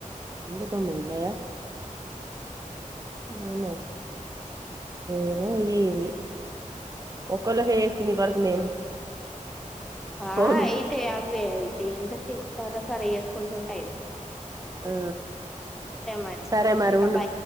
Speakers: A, on the right (about 25°); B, in the centre.
A: ఇక తమన్నా అవునా ఏమో ఇది ఒక్కళ్ళకే చేస్త నీ వరకు నేను
B: ఆ
A: ఫోను
B: యితే అవ్వ అయితే ఎంత స సర సర చేసుకుంటుంటాయిప్పు
A: ఆ
B: మరి
A: సరే మరి
B: ఉంటా
A: ఉడు
B: బాయ్